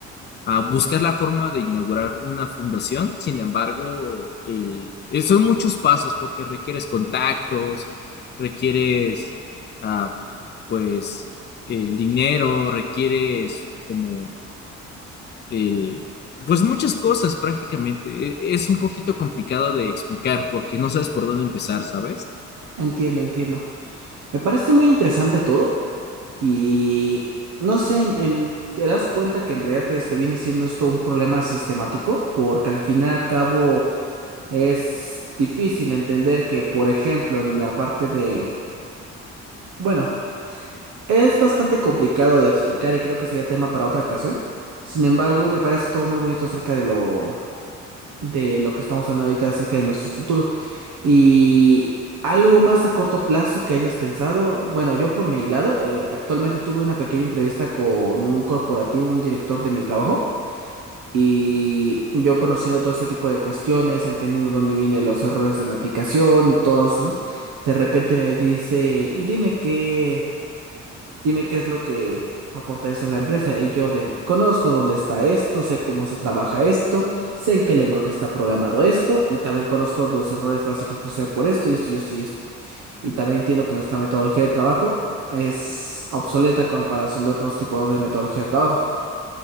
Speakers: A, on the left (about 35°); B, on the right (about 80°).
A: a buscar la forma de inaugurar una fundación. Sin embargo, eh, eh, son muchos pasos porque requieres contactos, requieres, ah, pues, el dinero, requieres como el, pues muchas cosas prácticamente. E- Es un poquito complicado de explicar porque no sabes por dónde empezar, ¿sabes?
B: Entiendo, entiendo. Me parece muy interesante todo. Y no sé, en- en- te das cuenta que en realidad este viene siendo esto un problema sistemático, porque al final y al cabo es difícil entender que, por ejemplo, en la parte de, bueno, es bastante complicado de explicar y creo que sería tema para otra ocasión. Sin embargo, me parece todo muy bonito acerca de lo de lo que estamos hablando ahorita acerca de nuestro futuro. Y algo más a corto plazo que hayas pensado, bueno, yo por mi lado, eh, actualmente tuve una pequeña entrevista con un corporativo, un director de mi trabajo, y yo conociendo todo este tipo de cuestiones, entendiendo dónde vienen los errores de la aplicación, todos, de repente me dice, y dime qué dime qué es lo que aportarías a la empresa. Y yo de, conozco dónde está esto, sé cómo se trabaja esto, sé en qué lenguaje está programado esto, y también conozco los errores básicos que suceden por esto, y esto, y esto, y esto. Y también entiendo que nuestra metodología de trabajo es obsoleta a comparación de otros tipos de metodología de trabajo.